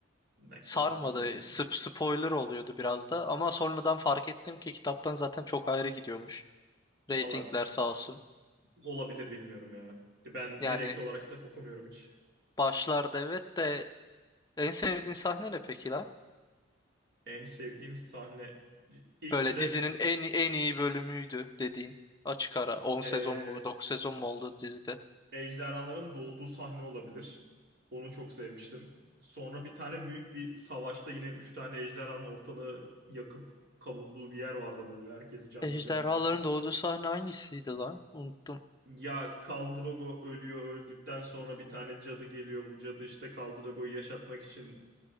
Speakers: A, on the right; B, on the left.
A: Ben kitap
B: Sarmadı.
A: okumayı sevmiyorum ya.
B: Sp spoiler oluyordu biraz da. Ama sonradan fark ettim ki kitaptan zaten çok ayrı gidiyormuş. Ratingler
A: Valla
B: sağ olsun.
A: olabilir bilmiyorum ya. Ben
B: Yani
A: direkt olarak kitap okumuyorum hiç.
B: başlarda evet de en sevdiğin sahne ne peki la?
A: En sevdiğim sahne ilk
B: Böyle
A: direkt
B: dizinin en, en iyi bölümüydü dediğin. Açık ara. 10
A: e,
B: sezon mu 9 sezon mu oldu dizide?
A: ejderhaların doğduğu sahne olabilir. Onu çok sevmiştim. Sonra bir tane büyük bir savaşta yine üç tane ejderhanın ortalığı yakıp kavurduğu bir yer vardı böyle. Herkesi canlı
B: Ejderhaların
A: canlı yaktı.
B: doğduğu sahne hangisiydi lan? Unuttum.
A: Ya Khal Drogo ölüyor öldükten sonra bir tane cadı geliyor. Bu cadı işte Khal Drogo'yu yaşatmak için